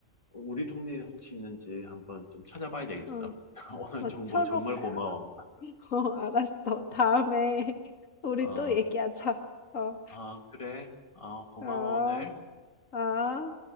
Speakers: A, on the left; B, on the left.
A: 우리 동네에 혹시 있는지 한번 좀 찾아봐야 되겠어.
B: 어
A: <laughs> 오늘
B: 막
A: 정보
B: 초록
A: 정말
B: <laughs>
A: 고마워.
B: 어 알았어. 다음에 <laughs> 우리
A: 어,
B: 또 얘기하자. 어.
A: 아, 그래. 어, 고마워,
B: 어.
A: 오늘.
B: 어.